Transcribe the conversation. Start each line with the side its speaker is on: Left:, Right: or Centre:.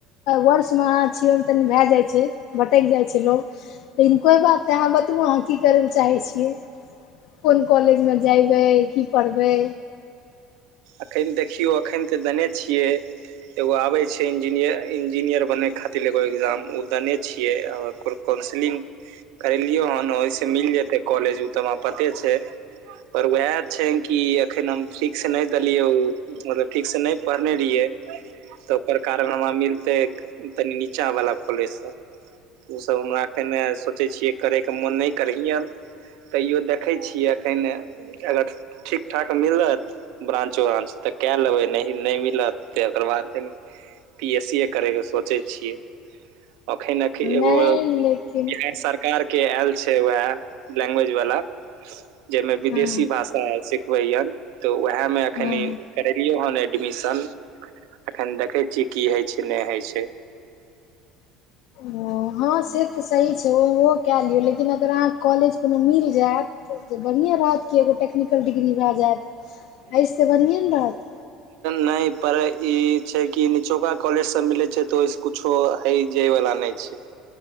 Left: वर्षमे अहाँ छिए ओहिमे तनी भए जाइ छै भटकि जाइ छै लोक लेकिन कोइ बात नहि अहाँ बताबू अहाँ की करै लए चाहै छियै कोन कॉलेज म जयबै की पढ़बै
Right: एखन देखियौ एखन तऽ दने छियै एगो आबै छै इंजीनियर इंजीनियर बनै खातिर एगो एग्जाम ओ देने छियै आ ओ काउन्सिलिंग करेलियै हन ओहिसे मिल जेतै कॉलेज ओ तऽ पते छै पर उएह छै कि एखन हम ठीक से न देलियौ मतलब ठीकसँ नहि पढ़ने रहियै तऽ ओकर कारण हमरा मिलतै तनी नीचा वाला खोलय स उसभ हमरा कने सोचै छियै करयके मोन नय करैयनि तैयो देखै छियै एखन अगर ठीक ठाक मिलत ब्रानंच व्राच तऽ के लेबै नहि नय मिलत औकर बाद पी एस सी ए करैके सोचै छियै एखन एगो
Left: नहि लेकिन
Right: बिहार सरकारके आयल छै वएह लैंग्वेज वाला जाहिमे विदेशी
Left: हँ
Right: भाषा आर सिखबैयन तऽ वएह अएहमे एखन
Left: हँ
Right: करेलियौ हन एडमिशन एखन देखै छियै की होइ छै नहि होइ छै
Left: ओ हँ से तऽ सही छै कए लियौ लेकिन अगर अहाँके कॉलेज कोनो मिल जायत तऽ बढ़िएँ रहत कि एगो टेक्नीक डिग्री भए जायत एहिस तऽ बढ़ियएँ ने रहत
Right: न पर ई छै कि निचोका कॉलेज सब मिलै छै तो ओ कुछो हइ जय वला नय छै